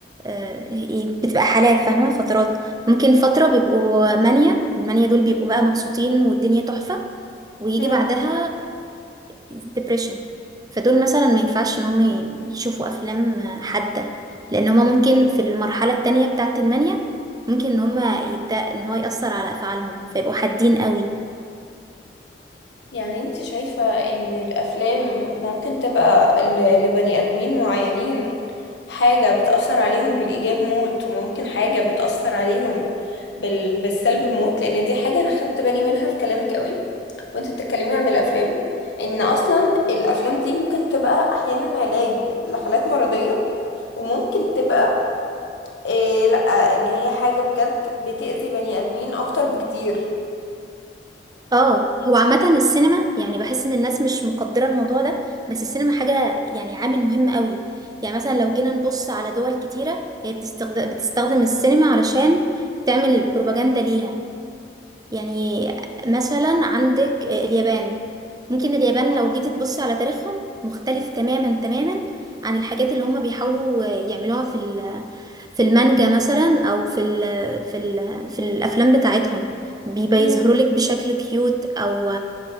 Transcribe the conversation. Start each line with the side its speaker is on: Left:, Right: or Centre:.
Right: آه، ايه بتبقى حالات فاهمة فترات ممكن فترة بيبقوا مانيا المانيا دول بيبقوا بقى مبسوطين والدنيا تحفة ويجي
Left: اه
Right: بعدها ديبريشن فدول مثلا ما ينفعش ان هم يشوفوا افلام آه، حادة لان هما ممكن في المرحلة التانية بتاعة المانيا ممكن ان هما يبدأ ان هو يأثر على افعالهم فيبقوا حادين قوي
Left: يعني انت شايفة ان الافلام ممكن تبقى ل- لبني ادمين معينين حاجة بتأثر عليهم بالإيجاب موت وممكن حاجة بتأثر عليهم بال... بالسلب موت لأن دي حاجة أنا خدت بالي منها في كلامك قوي وانت بتتكلمي عن الأفلام إن أصلا الأفلام دي ممكن تبقى أحيانا علاج لحالات مرضية وممكن تبقى إيه لأ إن هي حاجة بجد بتأذي بني آدمين أكتر بكتير
Right: اه هو عامة السينما يعني بحس ان الناس مش مقدرة الموضوع ده بس السينما حاجة يعني عامل مهم قوي يعني مثلا لو جينا نبص على دول كتيرة هي بتستخدم, بتستخدم السينما علشان تعمل بروباجندا ليها يعني مثلا عندك اليابان ممكن اليابان
Left: اه
Right: لو جيتي تبصي على تاريخهم مختلف تماما تماما عن الحاجات اللي هما بيحاولوا يعملوها في ال- في المانجا مثلا او في ال في ال في الافلام بتاعتهم بيبقى
Left: مم.
Right: يظهروا لك بشكل كيوت او